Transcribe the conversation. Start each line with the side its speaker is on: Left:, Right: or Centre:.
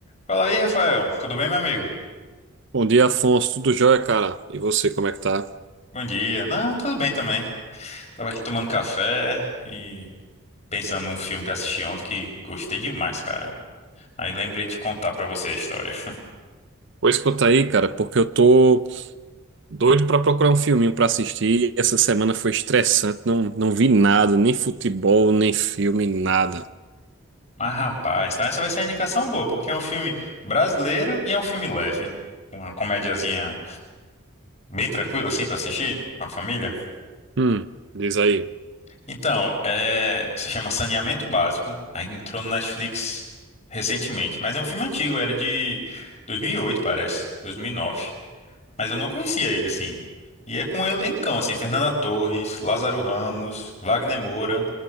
Left: Fala aí, Rafael. Tudo bem, meu amigo?
Right: Bom dia, Afonso. Tudo jóia, cara? E você, como é que tá?
Left: Bom dia. Não, tudo bem também. Tava aqui tomando café e pensando num filme que assisti ontem que gostei demais, cara. Aí lembrei de contar pra você a história. <laughs>
Right: Pô, escuta aí, cara, porque eu tô doido pra procurar um filminho pra assistir. Essa semana foi estressante, não, não vi nada, nem futebol, nem filme, nada.
Left: Mas, rapaz, então essa vai ser uma indicação boa, porque é um filme brasileiro e é um filme leve. Uma comediazinha bem tranquila, assim, pra assistir com a família.
Right: Hum, diz aí.
Left: Então, é... se chama Saneamento Básico. Aí entrou no Netflix recentemente, mas é um filme antigo, era de 2008, parece, 2009. Mas eu não conhecia ele, assim. E é com um elencão, assim, Fernanda Torres, Lázaro Ramos, Wagner Moura,